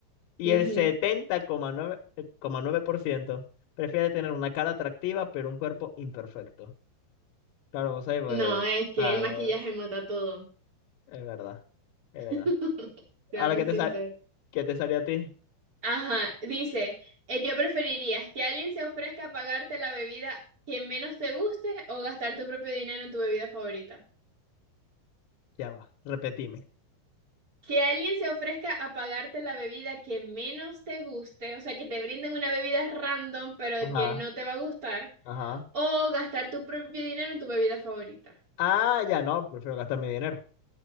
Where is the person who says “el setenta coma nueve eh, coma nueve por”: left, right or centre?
Left